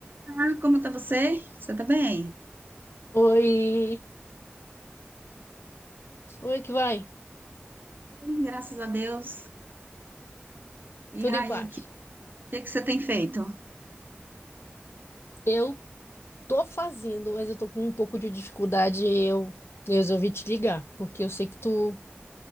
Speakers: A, on the right; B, on the left.
A: Ah, como tá você? Você tá bem?
B: Oi, como é que vai?
A: Bem, graças a Deus. E
B: Tudo
A: aí,
B: em paz?
A: o que, que que você tem feito?
B: Eu tô fazendo, mas eu tô com um pouco de dificuldade. Eu, eu resolvi te ligar, porque eu sei que tu,